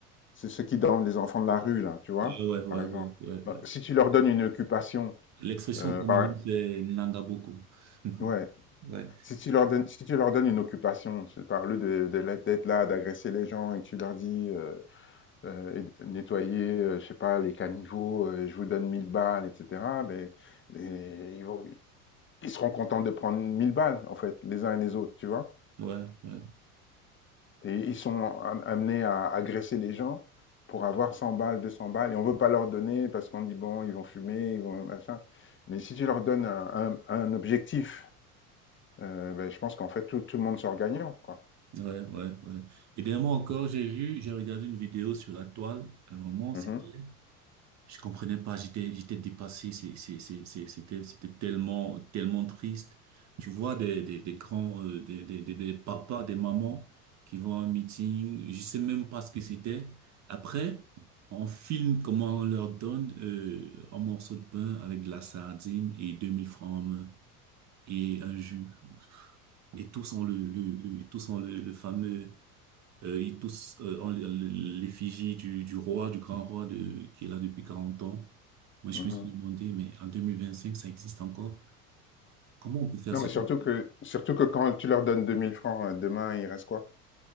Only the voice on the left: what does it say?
C'est ceux qui dorment les enfants de la rue, là, tu vois,
par exemple.
Ben,
si tu leur donnes une occupation,
euh,
par-
ouais,
Si tu leur donnes, si tu leur donnes une occupation, je parle de, de la- d'être là, d'agresser les gens et que tu leur dis euh, euh, et- nettoyer, euh, je sais pas, les caniveaux, euh, je vous donne 1000 balles, etc. Mais et ils, vont- ils seront contents de prendre 1000 balles, en fait, les uns et les autres, tu vois.
Et ils sont am- amenés à agresser les gens pour avoir 100 balles, 200 balles, et on veut pas leur donner parce qu'on dit bon, ils vont fumer, ils vont machin. Mais si tu leur donnes un, un- un objectif, euh, ben, je pense qu'en fait tout, tout le monde sort gagnant, quoi.
Mhm.
Mhm.
Non,
mais surtout que, surtout que quand tu leur donnes 2000 francs, euh, demain, il reste quoi?